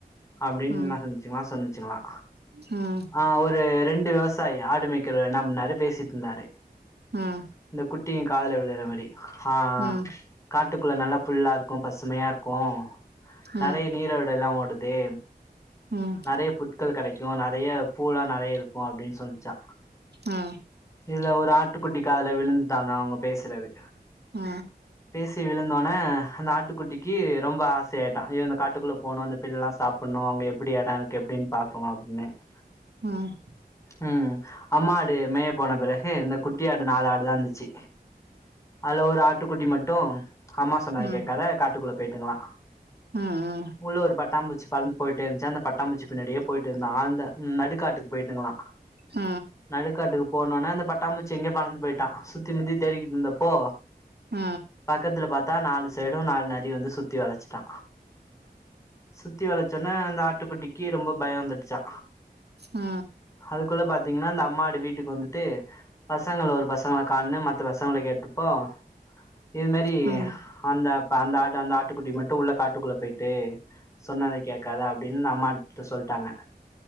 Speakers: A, on the left (about 20°); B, on the right (about 85°).
A: அப்டின்னு
B: ம்
A: என்ன செஞ்ச்சுகளா சொன்னிச்சுங்களா
B: ம்
A: ஆ ஒரு ரெண்டு விவசாயி ஆடு மேக்கறவர் என்ன பன்னாரு பேசிட்டிருந்தாரு
B: ம்
A: இந்த குட்டிங்க காதுல விழுற மாரி ஆ
B: ம் ம்
A: காட்டுக்குள்ள நல்ல புல்லா இருக்கு பசுமையா இருக்கு
B: ம்
A: நெறைய நீரொடையெல்லா ஓடுது
B: ம்
A: நெறைய புட்கள் கெடைக்கு நெறைய பூலா நெறைய இருக்கு அப்டின்னு சொன்னிச்சா
B: ஆ
A: இதுல ஒரு ஆட்டுக்குட்டி காதுல விழுந்துதாங்க அவுங்க பேசுறது
B: ம்
A: பேசி விழுந்தோனே அந்த ஆட்டுக்குட்டிக்கு ரொம்ப ஆ சையாட்ட ஐயோ அந்த காட்டுக்குள்ள போணு அந்தபில்லா சாப்டணு அங்க எப்டி இடம் இருக்குன்னு பாக்கனோ அப்டின்னு அ <inaudible>
B: ம்
A: ம் அம்மா ஆடு மேய போன பிறகு இந்த குட்டி ஆடு நாலு ஆடு தா இந்துச்சு அதுல ஒரு ஆட்டுக்குட்டி மட்டு அம்மா சொன்னத
B: ம்
A: கேட்காத
B: ம்
A: காட்டுக்குள்ள போயிட்டுநுக்குற
B: ம் ம் ம் ம் ம் ம் ம் ம்
A: உள்ள ஒரு பட்டாம்புச்சி பறந்து போயிட்டே இருந்துச்சா அந்த பட்டாம்பூச்சி பின்னாடியே போயிட்டு இருந்தா அந்த நடுக்காட்டுக்கு போயிட்டுங்களா
B: ம்
A: நடுக்காட்டுக்கு போனோனே அந்த பட்டாம்பூச்சு எங்கயயோ பறந்து போயிட்டா சுத்தி முத்தி தேடிக்கிட்டு இருந்தப்போ
B: ஆ
A: பக்கத்துல பாத்தா நாலு சைடு நாலு நரி வந்து சுத்தி வளச்சுட்டா சுத்தி வளச்சோன அந்த ஆட்டு குட்டிக்கு ரொம்ப பயம் வந்துடுச்சா
B: ஆ
A: அதுக்குள்ள பாத்தீங்கன்னா அந்த அம்மா ஆடு வீட்டுக்கு வந்துட்டு பசங்கள ஒரு பசங்கள காணோன் மத்த பசங்கள கேட்டுப்போ இது மாரி
B: ம்
A: அந்த அப் அந்த ஆட்டு அந்த ஆட்டுக்குட்டி மட்டு உள்ள காட்டுக்குள்ள போய்ட்டு சொன்னத கேட்காத அப்டின்னு அம்மாட்ட சொல்ட்டாங்க